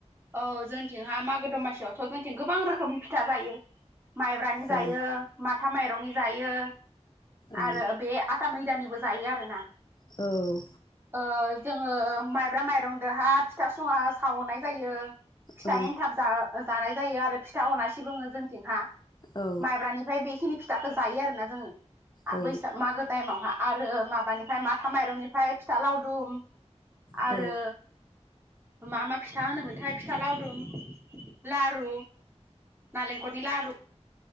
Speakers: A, on the right; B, on the left.
A: औ जोंथिंहा मागो दमासियावथ' जोंथिं गोबां रोखोमनि फिथा जायो। माइब्रानि जायो
B: औ
A: माथा माइरंनि जायो
B: औ
A: आरो बे आथ था मैदानिबो जायो आरो ना
B: औ
A: ओ जोंङो माइब्रा माइरंदोहा फिथा सुंङा सावनाय जायो। फिथा
B: औ
A: एन्थाब जा जानाय जायो आरो फिथा अनासि बुंङो जोंथिंहा
B: औ
A: माइब्रानिफ्राय बेखिनि फिथाखो जायो आरोना जोंङो आ
B: औ
A: बैसाग मागो टाइमावहा आरो माबानिफ्राय माथा माइरंनिफ्राय फिथा लावदुम आरो
B: औ
A: मा मा फिथा होनोमोनथाय फिथा लावदुम, लारु नालेंखरनि‌ लारु